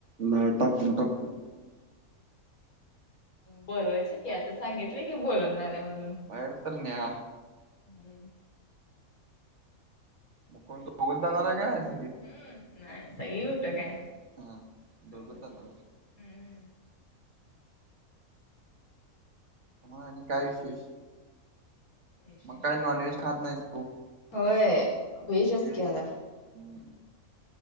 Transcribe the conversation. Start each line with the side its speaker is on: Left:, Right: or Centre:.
Right: लाळ टाकून टाकून.
Left: बोलवायच की आता. सांगितल की बोलणार आहे म्हणून.
Right: बाहेर तर न्या.
Left: हम्म
Right: मग कोण दोघंच जाणार आहे काय आज?
Left: हम्म नाही सगळी कुट काय
Right: हा दोघच
Left: दोघ हम्म.
Right: जाणार हा मग आणि काय विशेष.
Left: विशेष
Right: मग काय
Left: असं
Right: नॉनव्हेज खात नाहीस तू..
Left: होय व्हेज
Right: व्हेजच
Left: की आता.
Right: हम्म